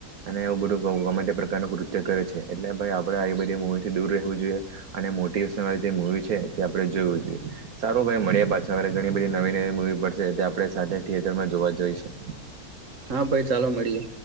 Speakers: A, on the right (about 70°); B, on the right (about 55°).
A: અને એવું બધું પ્રકારનું કૃત્ય કરે છે એટલે ભાઈ આપે આ બધી મુવીથી ું જોઈ મોેશન જે મુવી છે તે આપણે જોું જોઈએ સારું ભાઈ મળએ પાછા ઘણી બધી નવી નવી મૂવી પડશે તે આપણે સા થિયેટરમાં જોવા જઈશું
B: હા ભાઈ ચાલો મળીએ